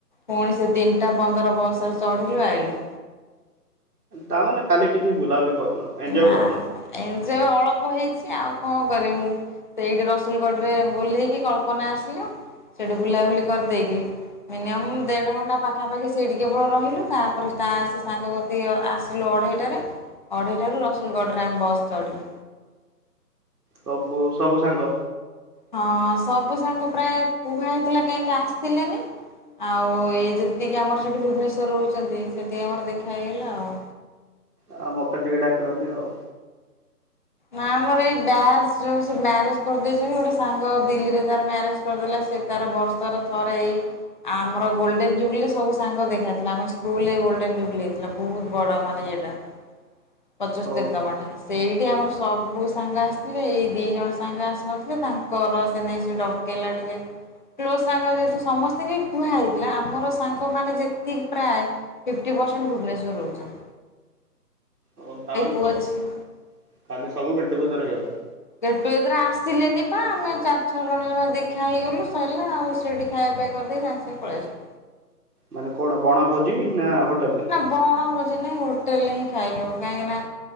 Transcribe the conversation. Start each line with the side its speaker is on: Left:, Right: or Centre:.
Left: ଫୁଣି ସେ ତିନିଟା ପନ୍ଦର ବସ୍ ରେ ଚଢିଲୁ, ଆଇଲୁ।
Right: ତା ମାନେ କାଲି କିଛି ବୁଲାଉଲି କରିନ। ଏଞ୍ଜୟ
Left: ନା
Right: କରିନ
Left: ଏମତି <unintelligible> ଅଳପ ହେଇଚି, ଆଉ କଁ। <unintelligible> ସେଇଠି ରସୁଲଗଡ ରେ ଓହ୍ଲେଇକି କଳ୍ପନା ଆସିଲୁ, ସେଠୁ ବୁଲାବୁଲି କରିଦେଇକି ମିନିମମ୍ ଦେଢ଼ ଘଣ୍ଟା ପାଖାପାଖି ସେଇଠି କେବଳ ରହିଲୁ। ତା'ପରେ ତା ସେ ସାଙ୍ଗ କତି ଆସ୍ ଲୁ ଅଢ଼େଇଟାରେ। ଅଢ଼େଇଟାରୁ ରସୁଲଗଡ଼ରେ ଆମେ ବସ୍ ଚଢ଼ିବୁ।
Right: ସବୁ, ସବୁ ସାଙ୍ଗ।
Left: ହଁ, ସବୁ ସାଙ୍ଗ ପ୍ରାୟ କୁହା ହେଇଥିଲା କାହିଁକି ଆସିଲେନି? ଆଉଁ, ଏ ଯେତିକି ଆମର ସେଇଠି ଭୁବନେଶ୍ୱର ରହୁଚନ୍ତି, ସେତିକି ଆମର ଦେଖା ହେଇଗଲା ଆଉ।
Right: ଆ, ମତେ ଟିକେ ଡାକିଲନି ଆଉ।
Left: ନା ଆମର ଏଇ ବ୍ୟାଚ୍ ଯୋଉଁ ସେ ମ୍ୟାରେଜ୍ କରିଦେଇଚନି, ଗୋଟେ ସାଙ୍ଗ ଦିଲ୍ଲୀରେ ତାର ମ୍ୟାରେଜ୍ କର୍ ଦେଲା ସେ ତାର ବର୍ଷର ଥରେ ଏଇ ଆମର ଗୋଲ୍ ଡେନ୍ ଜୁବ୍ ଲି ସବୁ ସାଙ୍ଗ ଦେଖାହେଇଥିଲା। ଆମ ସ୍କୁଲ୍ ରେ ଗୋଲ୍ଡେନ୍ ଜୁବ୍ ଲି ହେଇଥିଲା। ବହୁତ୍ ବଡ଼ ମାନେ ଇଏଟା। ପଚଶସ୍ତରୀ
Right: ଓହୋ
Left: ତମ ଏଟା। ସେଇଠି ଆମର ସବୁ ସାଙ୍ଗ ଆସିଥିଲେ। ଏଇ ଦିଇ ଜଣ ସାଙ୍ଗ ଆସିନଥିଲେ, ତାଙ୍କର ସେ ନେଇ ସେ ଡକ୍ କେଇଲା ଟିକେ। କ୍ଲୋଜ୍ ସାଙ୍ଗ ଯେହେତୁ ସମସ୍ତିଙ୍କି କୁହା ହେଇଥିଲା। ଆମର ସାଙ୍ଗମାନେ ଯେତିକି ପ୍ରାୟ ଫିଫ୍ଟି ପରସେଣ୍ଟ୍ ଭୁବନେଶ୍ୱର ରହୁଚନ୍ତି।
Right: ହଉ ତା ମାନେ
Left: ପୁଅ
Right: କ-କାଲି
Left: ଝିଅ
Right: ସବୁ ଗେଟ୍ ଟୁଗେଦର୍ ହେଇଗଲା।
Left: ଗେଟ୍ ଟୁଗେଦର୍ ଆସିଲେନି ପା, ଆମେ ଚାରି ଛଅ ଜଣ ଜମା ଦେଖା ହେଇଗଲୁ, ସଇଲା ଆଉ, ସେଇଟି ଖାଇଆ ପିଆ କରିଦେଇ ସାଙ୍ଗ୍ ସାଙ୍ଗ୍ ପଳେଇଆସ
Right: ମାନେ କଣ! ବଣଭୋଜି ନା, ହୋଟେଲ୍ ଲେ?
Left: ବଣ ଭୋଜି ନାଇଁ, ହୋଟେଲ୍ ଲେହିଁ ଖାଇଲୁ। କାହିଁକି ନା